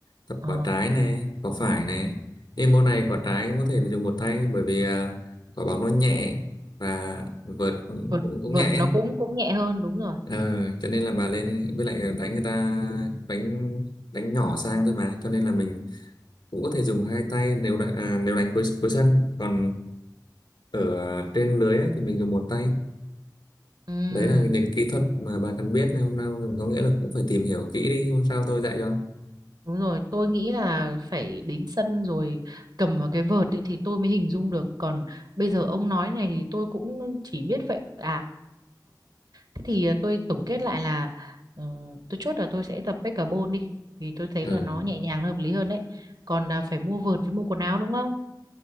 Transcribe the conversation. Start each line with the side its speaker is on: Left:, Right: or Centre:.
Left: tập
Right: Ờ.
Left: quả trái này quả phải này nhưng môn này quả trái cũng có thể dùng một tay bởi vì à, quả bóng nó nhẹ và vợt cũng,
Right: vợt
Left: cũng, cũng
Right: vợt
Left: nhẹ ấy.
Right: nó cũng cũng nhẹ hơn đúng rồi
Left: Ờ, cho nên là bà lên với lại đánh người ta đánh đánh nhỏ sang thôi mà cho nên là mình cũng có thể dùng hai tay nếu đánh, à, nếu đánh cuối cuối sân còn ở trên lưới á, thì mình dùng một tay
Right: Ừm,
Left: đấy là những kỹ thuật mà bà cần biết nên hôm nay có nghĩa là cũng phải tìm hiểu kỹ đi hôm sau tôi dạy cho
Right: đúng rồi tôi nghĩ là phải đến sân rồi cầm vào cái vợt ấy thì tôi mới hình dung được còn bây giờ ông nói này thì tôi cũng chỉ biết vậy à thế thì à, tôi tổng kết lại là ờ, tôi chốt là tôi sẽ tập pickleball đi vì tôi thấy
Left: ừ,
Right: là nó nhẹ nhàng nó hợp lý hơn đấy còn à, phải mua vợt với mua quần áo đúng không